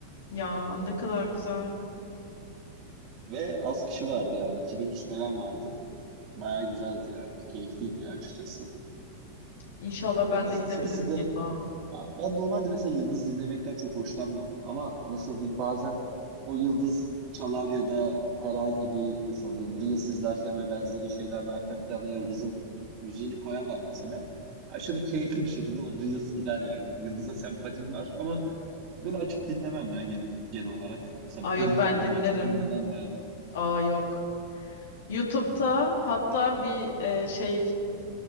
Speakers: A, on the left (about 60°); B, on the right (about 40°).
A: Ya ne kadar güzel.
B: Ve az kişi vardı yani. 2000 kişi falan vardı. Bayağı güzeldi yani. Keyifliydi ya açıkçası.
A: İnşallah
B: Yıldız'ın
A: ben de gidebilirim
B: sesi de
A: ya.
B: Ya ben normalde mesela yıldız dinlemekten çok hoşlanmam. Ama nasıl diyeyim bazen o yıldız çalar ya da herhangi bir nasıl diyeyim Reels izlerken ve benzeri şeylerde arka plana yıldızın müziğini koyarlar mesela. Aşırı keyifli bir şekilde o Reels gider yani. Yıldız'a sempatim var ama böyle açıp dinlemem ya gene- genel, olarak. Mesela
A: Ay
B: bir delikanlım
A: yok ben dinlerim.
B: açıp dinlemem
A: Aa yok. YouTube'da hatta bir e, şey